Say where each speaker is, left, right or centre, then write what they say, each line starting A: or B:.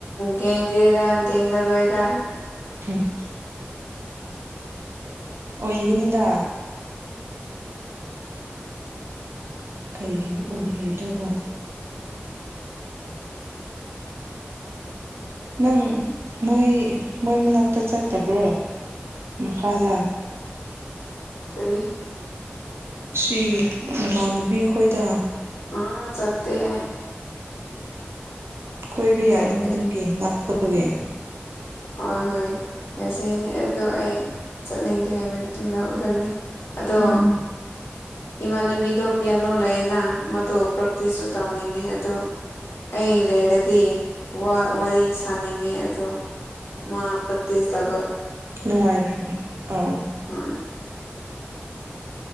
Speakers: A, on the left; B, on the right.
A: ꯌꯦꯡꯒꯦꯔꯥ ꯌꯦꯡꯂꯦꯡꯂꯔꯣꯏꯔ
B: ꯎꯝ ꯑꯣꯏꯒꯅꯤꯗꯥ ꯀꯩꯒꯤ ꯑꯣꯏꯔꯣꯏꯗꯕ ꯅꯪ ꯃꯣꯏ ꯃꯣꯏ ꯃꯅꯥꯛꯇ ꯆꯠꯇꯕ꯭ꯔꯣ? ꯃꯈꯥꯗꯥ
A: ꯀꯔꯤ
B: ꯁꯤ ꯅꯃꯥꯟꯅꯕꯤ ꯑꯩꯈꯣꯏꯗ
A: ꯉꯔꯪ ꯆꯠꯇꯦ ꯑꯩ
B: ꯀꯣꯏꯕ ꯌꯥꯏ
A: ꯆꯠꯇꯦ
B: ꯉ ꯅꯪꯒꯤ ꯂꯥꯛꯇꯕꯒꯦ
A: ꯍꯣꯏ ꯍꯣꯏ ꯉꯥꯁꯤꯅꯤ ꯑꯗꯣ ꯑꯩ ꯆꯠꯅꯤꯡꯗꯦ ꯍꯥꯏꯕ ꯂꯧꯒꯅꯤ ꯑꯗꯣ
B: ꯎꯝ
A: ꯏꯃꯥꯟꯅꯕꯤꯗꯣ ꯄꯌꯥꯅꯣ ꯂꯩꯌꯦꯅ ꯃꯗꯨ ꯄ꯭ꯔꯛꯇꯤꯁ ꯇꯧꯅꯤꯡꯉꯦ ꯑꯗꯣ ꯑꯩ ꯂꯩꯔꯗꯤ ꯋꯥꯔꯤ ꯁꯥꯅꯤꯡꯉꯦ ꯑꯗꯣ ꯃꯥ ꯄ꯭ꯔꯛꯇꯁ ꯗꯕ
B: ꯅꯨꯡꯉꯥꯏꯔ ꯑꯥ
A: ꯍꯣꯏ